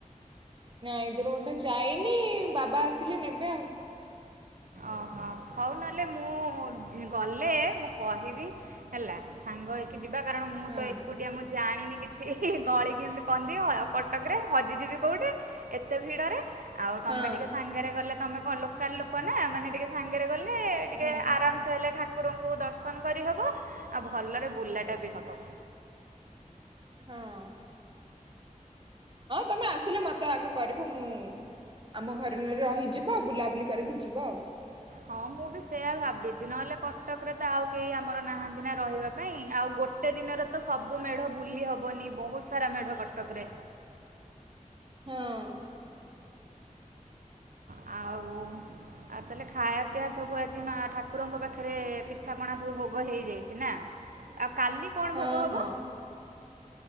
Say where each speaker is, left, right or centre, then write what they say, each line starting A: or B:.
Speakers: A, on the right (about 35°); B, on the right (about 80°).
A: ନାଇଁ ଦୂର ବାଟ ଯାଇନି ବାବା ଆସିଲେ ନେବେ ଆଉ।
B: ଓହୋ ହଉ ନହେଲେ ମୁଁ ଗଲେ ମୁଁ କହିବି ହେଲା ସାଙ୍ଗ ହେଇକି ଯିବା କାରଣ ମୁଁ
A: ହଁ
B: ତ ଏକୁଟିଆ ମୁଁ ଜାଣି ଣିନି କିଛି ଗଳି କନ୍ଧି କଟକରେ ହଜିଯିବି କୋଉଠି ଏତେ ଭିଡ଼ରେ। ଆଉ ତମେ
A: ହଁ
B: ଟିକେ ସାଙ୍ଗରେ ଗଲେ ତମେ କଣ ଲୋକାଲ ଲୋକ ନା ନା ମାନେ ଟିକେ ସାଙ୍ଗରେ ଗଲେ ଟିକେ
A: ହଁ।
B: ଆରାମସେ ହେଲେ ଠା ଠାକୁର ଙ୍କୁ ଦର୍ଶନ କରିହବ ଆଉ ଭଲରେ ବୁଲାଟା ବି ହବ।
A: ହଁ। ହଁ ତମେ ଆସିଲେ ମତେ ଆଗ କରିବ ମୁଁ ଆମ ଘରେ ନହେଲେ ରହିଯିବ ବୁଲାବୁଲି କରିକି ଯିବ ଆଉ।
B: ହଁ ମୁଁ ବି ସେୟା ଭାବିଛି ନହେଲେ କଟକରେ ତ ଆଉ କେହି ଆମର ନାହାନ୍ତି ନା ରହିବା ପାଇଁ ଆଉ ଗୋଟେ ଦିନରେ ତ ସବୁ ମେଢ ବୁଲି ହବନି ବହୁତ ସାରା ମେଢ କଟକରେ।
A: ହଁ।
B: ହଁ ଆଉ ଆଉ ତାହେଲେ ଖାଇବା ପିଇବା ସବୁ ଆଜି ମା ଠାକୁରଙ୍କ ପାଖରେ ପିଠାପଣା ସବୁ ଭୋଗ ହେଇଯାଇଛି ନା ଆଉ କାଲି କଣ
A: ହଁ
B: ଭୋଗ ହବ?
A: ହଁ